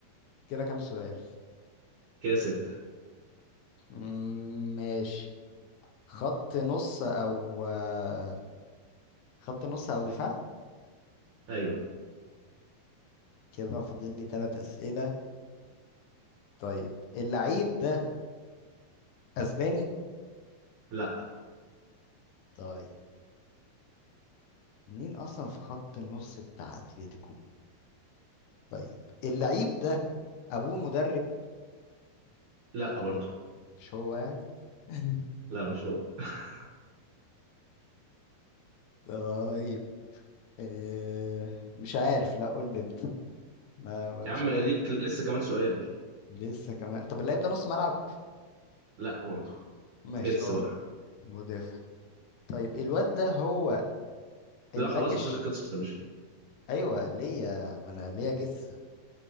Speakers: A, on the left; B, on the right.
A: كده كام سؤال
B: كده ستة
A: مم، ماشي خط نص او آه، خط نص او دفاع
B: ايوه
A: كده فاضل لي ثلاث اسئله طيب اللعيب ده اسباني
B: لا
A: طيب مين اصلا في خط النص بتاع اتلتيكو طيب اللعيب ده ابوه مدرب
B: لا برضه
A: مش هو يعني <laughs>
B: لا مش هو <laughs>
A: طيب آه مش عارف لا قول لي انت ما ما-
B: يا
A: مش
B: عم
A: قد-
B: ليك لسه كمان سؤال
A: لسه كمان طب اللعيب ده نص ملعب
B: لا برضه
A: ماشي
B: جس
A: هو
B: بقى
A: مدافع طيب الواد ده هو
B: لا
A: الباك
B: خلاص
A: الش
B: اصل خلصت يا باشا
A: ايوه ليا ما انا ليا جثه